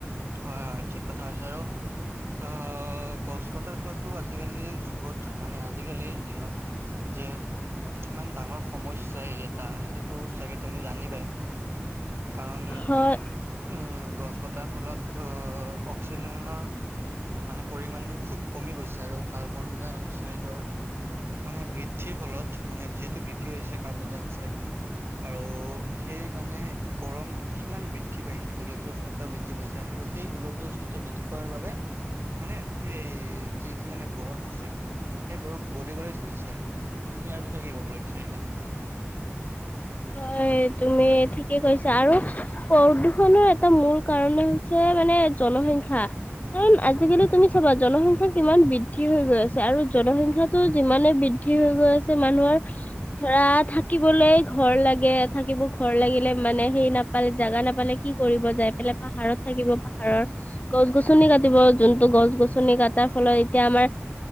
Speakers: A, on the right; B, on the left.
A: হয় হয় ঠিক কথা হৈছে আৰু অ' গছ কটাৰ ফলতো আজিকালি যুগত মানে আজিকালিৰ দিনত যে কিমান ডাঙৰ সমস্যা এটা সেইটোতো চাগে তুমি জানিবাই কাৰণ
B: হয়
A: উম গছ কটাৰ ফলত অক্সিজেনৰ মানে পৰিমাণটো খুব কমি গৈছে আৰু কাৰ্বন ডাই অক্সাইডৰ মানে বৃদ্ধিৰ ফলত মানে যিহেতু বৃদ্ধি হৈছে কাৰ্বন ডাই অক্সাইড আৰু সেই মানে গৰম কিমান বৃদ্ধি পাইছে গোলকীয় উষ্ণতা বৃদ্ধি পাইছে সেই গোলকীয় উষ্ণতা বৃদ্ধি পোৱাৰ বাবে মানে এই যি যি মানে বৰফ আছে সেই বৰফ গলিবলৈ ধৰিছে তুমি ইয়াৰ বিষয়ে কি কবলৈ বিচাৰিবা
B: হয় তুমি ঠিকে কৈছা আৰু প্ৰদূষনৰৰ এটা মূল কাৰণ হৈছে মানে জনসংখ্যা কাৰণ আজিকালি তুমি চাবা জনসংখ্যাৰ কিমান বৃদ্ধি হৈ গৈ আছে আৰু জনসংখ্যাটো যিমানে বৃদ্ধি বেছি হৈ গৈ আছে মানুহৰ ধৰা থাকিবলৈ ঘৰ লাগে থাকিব ঘৰ লাগিলে মানে সেই নাপালে জাগা নাপালে কি কৰিব যায় পালে পাহাৰত থাকিব পাহাৰৰ গছ গছনি কাটিব যোনটো গছ গছনি কাটাৰ ফলত এতিয়া আমাৰ